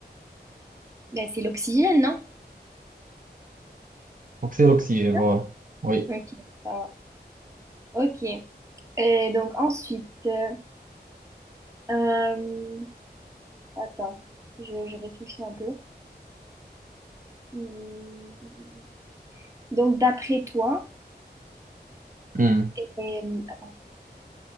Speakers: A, on the right (about 15°); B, on the right (about 50°).
A: Ben, c'est l'oxygène, non?
B: Donc c'est l'oxygène,
A: C'est ça
B: voilà. Oui,
A: Ok, ça va. Ok. Et donc ensuite, euh, euh, attends, je, je réfléchis un peu. Hmm, hmm, hmm, hmm. Donc d'après toi,
B: Hmm,
A: et, hmm, attends.